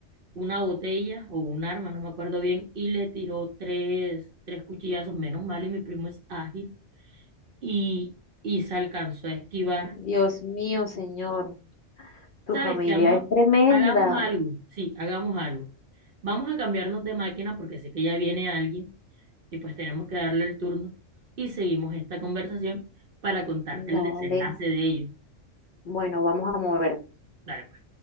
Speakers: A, on the right (about 60°); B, on the left (about 60°).
A: una botella o un arma, no me acuerdo bien, y le tiró tres, tres cuchillazos, menos mal, y mi primo es ágil, y, y se alcanzó a esquivar.
B: Dios mío, señor, tu
A: ¿Sabes
B: familia
A: qué, amor?
B: es tremenda.
A: Hagamos algo, sí, hagamos algo. Vamos a cambiarnos de máquina porque sé que ya viene alguien y pues tenemos que darle el turno y seguimos esta conversación para contarte el
B: Dale,
A: desenlace de ello.
B: bueno, vamos a movernos.
A: Dale, pues.